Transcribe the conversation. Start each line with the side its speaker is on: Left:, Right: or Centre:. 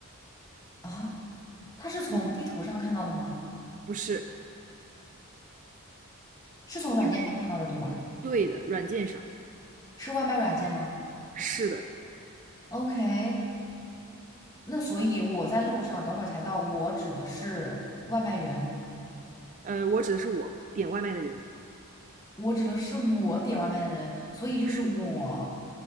Left: 啊，他是从地图上看到的吗？
Right: 嗯，不是，
Left: 是从软件上看到的，
Right: 因为
Left: 对吧？
Right: 对的，软件上。
Left: 是外卖软件吗
Right: 是的，
Left: ？OK，那所以我在路上等会儿才到，我指的是外卖员，
Right: 呃，我指的是我点外卖的人。
Left: 我指的是我点外卖的人，所以就是我，
Right: 是，